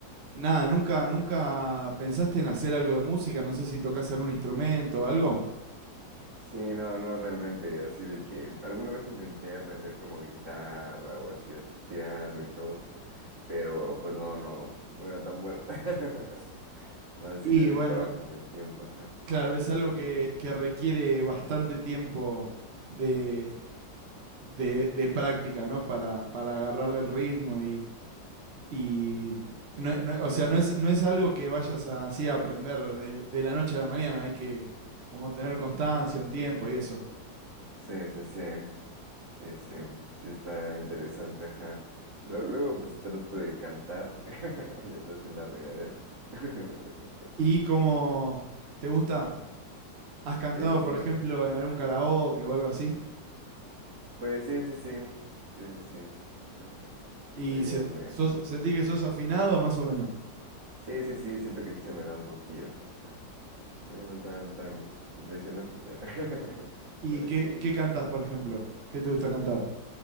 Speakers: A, on the right; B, on the right.
A: nada, nunca, nunca pensaste en hacer algo de música? No sé si tocas algún instrumento o algo.
B: Sí, no, no, realmente, así de que alguna vez intenté aprender como guitarra o así hasta piano y todo, pero pues no, no, no era tan bueno. <laughs> No, sí
A: Y
B: le dedicaba
A: bueno,
B: como el tiempo, ajá.
A: claro, es algo
B: Sí,
A: que, que requiere bastante tiempo de,
B: sí, sí.
A: de, de práctica, ¿no? Para, para agarrarle el ritmo Y, no- no- o sea, no es, no es algo que vayas a- así a aprender de, de la noche a la mañana. Hay que como tener constancia, un tiempo y eso.
B: Sí, sí, sí. sí. Sí, sí, sí está interesante, ajá. Luego, luego, pues trato de cantar, <laughs> ya sabes, en la regadera. <laughs> Pero
A: ¿Y cómo
B: Sí,
A: te gusta? ¿Has cantado,
B: Sí, pues
A: por
B: sí,
A: ejemplo, en algún karaoke o algo así?
B: pues sí, sí, sí, sí, sí, sí, ajá.
A: ¿Y
B: También
A: se-
B: igual me...
A: sos-
B: bueno.
A: sentís que sos afinado más o menos?
B: Sí, sí, sí, siento que sí se me da un poquillo. ajá. También no tan, tan impresionante, pero, <laughs>
A: ¿Y
B: pero
A: qué,
B: sí bien.
A: qué cantás, por ejemplo? ¿Qué te gusta cantar?